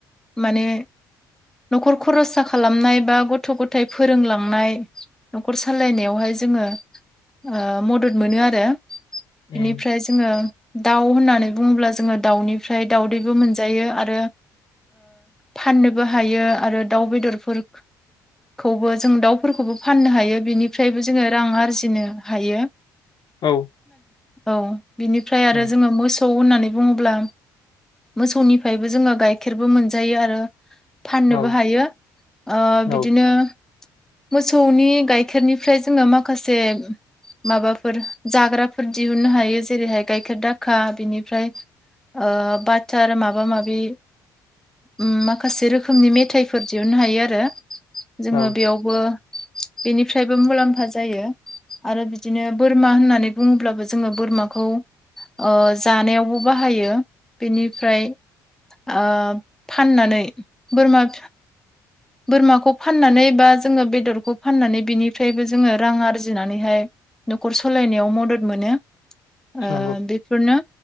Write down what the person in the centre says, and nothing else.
माने न'खर खरसा खालामनाय बा गथ' गथायाइ फोरोंलांनाय न'खर सालायनायावहाय जोङो ओ मदद मोनो आरो
बिनिफ्राय जों ङो दाउ होननानै बुङोब्ला जोङो दाउनिफ्राय दाउदैबो मोनजायो आरो फाननोबो हायो आरो दाउ बेदरफोर खौबो जों दाउफोरखौबो फाननो हायो बेनिफ्रायबो जोङो रां आरजिनो हायो। <inaudible>
औ बिनिफ्राय आरो
जोङो मोसौ होननानै बुङोब्ला मोसौनिफ्रायबो जोङो गाइखेरबो मोनजायो आरो फाननोबो
हायो ओ
बिदिनो मोसौनि गाइखेरनिफ्राय जोङो माखासे माबाफोर जाग्राफोर दिहुननो हायो जेरैहाय गायखेर दाखा बिनिफ्राय ओ बाथार माबा माबि ओम माखासे रोखो मनि मेथाइफोर दिहुननो हायो आरो जोङो
बेयावबो बेनिफ्रायबो मुलाम्फा जायो। आरो बिदिनो बोरमा होननानै बुङोब्लाबो जोङो बोरमाखौ ओ जानायावबो बाहायो बेनिफ्राय ओ फाननानै बोरमा बोरमाखौ फाननानै बा जोङो बेदरखौ फाननानै बिनिफ्रायबो जोङो रां आरजिनानैहाय न'खर सालायनायाव मदद मोनो ओ
बे फोरनो